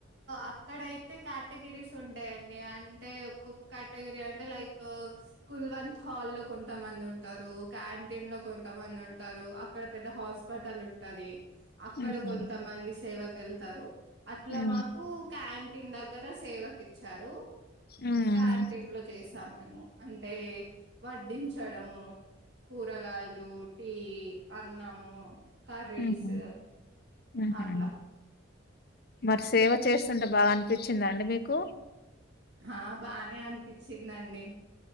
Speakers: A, on the right (about 60°); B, on the left (about 50°).
A: అక్కడయితే కటగిరీస్ ఉంటాయండి అంటే ఒక్కొక్క <unintelligible> అంటే లైక్ కుల్వంత్ హాలో కొంతమంది ఉంటారు క్యాంటీన్ లో కొంత మంది ఉంటారు అక్కడ పెద్ద హాస్పిటల్ ఉంటది అక్కడ
B: ఉహు
A: కొంతమంది సేవకు ఎళ్తారు అట్ల
B: ఉ
A: మాకు క్యాన్ టీన్ దగ్గర సేవకి ఇచ్చారు
B: ఉ
A: క్యాంటీన్ లో చేసాం మేము అంటే వడ్డించడము కూరగాయలు టీ అన్నము కర్రీసు
B: ఉ ఉహు ఉహు
A: అట్ల
B: మరి సేవ చేస్తుంటే బాగ అనిపించిందా అండి మీకు
A: ఆ బానే అనిపించిదండి